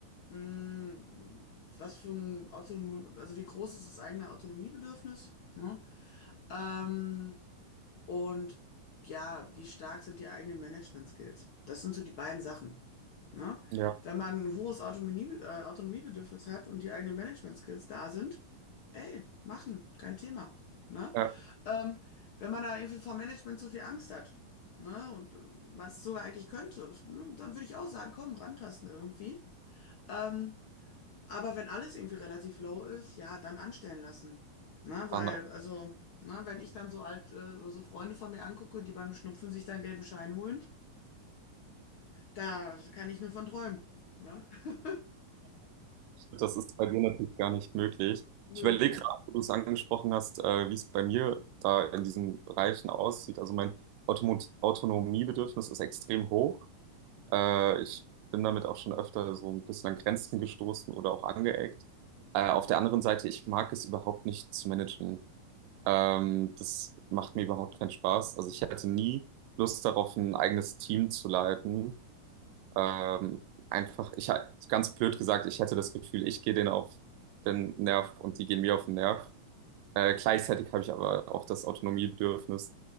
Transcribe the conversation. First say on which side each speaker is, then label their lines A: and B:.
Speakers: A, on the left (about 80°); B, on the right (about 80°).
A: mh, was für ein Autonom, also wie groß ist das eigene Autonomiebedürfnis? Ne? Ähm, und ja, wie stark sind die eigenen Management-Skills? Das sind so die beiden Sachen. Ne?
B: ja,
A: Wenn man ein hohes Autonomie, äh, Autonomiebedürfnis hat und die eigenen Management-Skills da sind, ey, machen, kein Thema. Ne?
B: ja,
A: Ähm, wenn man da irgendwie vor Management so viel Angst hat, ne, und man es sogar eigentlich könnte, ne, dann würde ich auch sagen, komm, rantasten irgendwie. Ähm, aber wenn alles irgendwie relativ low ist, ja, dann anstellen lassen. Na,
B: dann
A: weil,
B: auch.
A: also, na, wenn ich dann so alt, äh, so Freunde von mir angucke, die beim Schnupfen sich dann gelben Schein holen, da kann ich nur von träumen. Ne? <laughs>
B: Das ist bei dir natürlich gar nicht möglich.
A: Nö.
B: Ich überlege gerade, wo du es angesprochen hast, äh, wie es bei mir da in diesen Bereichen aussieht. Also mein Automo Autonomiebedürfnis ist extrem hoch. Äh, ich bin damit auch schon öfter so ein bisschen an Grenzen gestoßen oder auch angeeckt. Äh, auf der anderen Seite, ich mag es überhaupt nicht zu managen. Ähm, das macht mir überhaupt keinen Spaß. Also ich hätte nie Lust darauf, ein eigenes Team zu leiten. Ähm, einfach, ich hab- ganz blöd gesagt, ich hätte das Gefühl, ich gehe denen auf den Nerv und die gehen mir auf den Nerv. Äh, gleichzeitig habe ich aber auch das Autonomiebedürfnis.